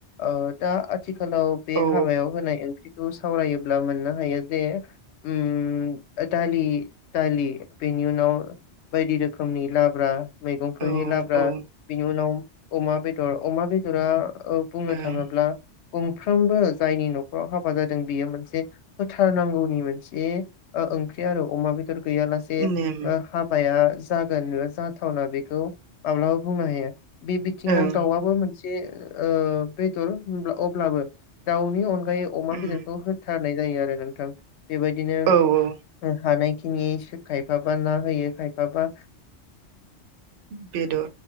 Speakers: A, on the left; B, on the right.
A: ओ दा आथ थिखालाव बे
B: औ
A: हाबायाव होनाय ओख्रि खौ सावरायोब्ला मोननो हायो जे उम दालि दालि बेनि उनाव बायदि रोखोमनि लाब्रा मैगंफोरनि
B: औ
A: लाब्रा
B: औ
A: बिनि उनाव अमा बेदर अमा बेदरा ओ बुंनो
B: ओं
A: थाङोब्ला गंफ्रोमबो जायनि न'खराव हाबा जादों बेयो मोनसे होथारनांगौनि मोनसे ओ ओंख्रि आरो अमा बे दर गैयालासे ओ
B: नेम
A: या जागोन एबा जाथावना बेखौ माब्लाबा बुंनो हाया। बे बिथिङाव
B: ओं
A: दाउआबो मोन से ओ बेदर होमबा अब्लाबो दाउनि अन गायै अमा
B: उम
A: बेदरखौ होथार नाय जायो आरो नोंथां। बेबायदिनो
B: औ औ
A: हानायखि नि खायफाबा ना होयो खायफाबा
B: बेदर